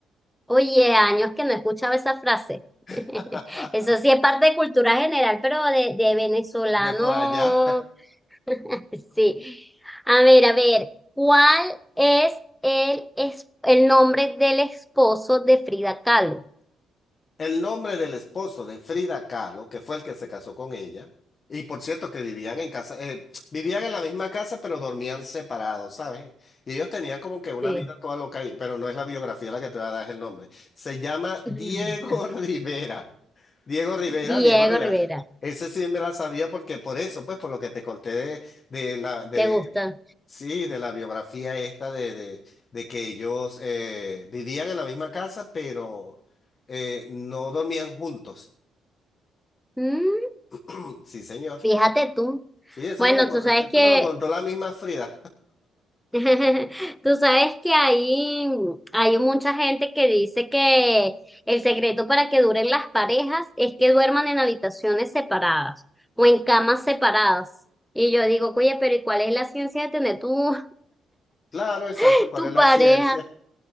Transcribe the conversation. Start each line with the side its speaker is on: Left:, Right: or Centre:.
Centre: Oye, años que no escuchaba esa frase. <laughs>
Left: <laughs>
Centre: Eso sí es parte de cultura general, pero de, de venezolano.
Left: de por allá.
Centre: <laughs> Sí. A ver, a ver, ¿cuál es el, es el nombre del esposo de Frida Kahlo?
Left: El nombre del esposo de Frida Kahlo, que fue el que se casó con ella, y por cierto que vivían en casa, eh, vivían en la misma casa, pero dormían separados, ¿sabes? Y ellos tenían como que una
Centre: Sí.
Left: vida toda loca, ahí, pero no es la biografía la que te voy a dar es el nombre. Se llama
Centre: <laughs>
Left: Diego <laughs> Rivera. Diego Rivera,
Centre: Diego
Left: Diego Rivera.
Centre: Rivera.
Left: Ese sí me la sabía porque por eso, pues por lo que te conté de, de la de
Centre: ¿Te gusta?
Left: sí, de la biografía esta de, de, de que ellos eh, vivían en la misma casa, pero eh, no dormían juntos.
Centre: Mm,
Left: <clears throat> Sí, señor.
Centre: fíjate tú.
Left: Sí, eso
Centre: Bueno,
Left: me lo, co-
Centre: tú sabes
Left: eso
Centre: que
Left: me lo contó la misma Frida.
Centre: <laughs> Tú sabes que hay, hay mucha gente que dice que el secreto para que duren las parejas es que duerman en habitaciones separadas o en camas separadas. Y yo digo, oye, pero ¿y cuál es la ciencia de tener tu,
Left: Claro, exacto,
Centre: <laughs>
Left: ¿cuál
Centre: tu
Left: es la
Centre: pareja?
Left: ciencia?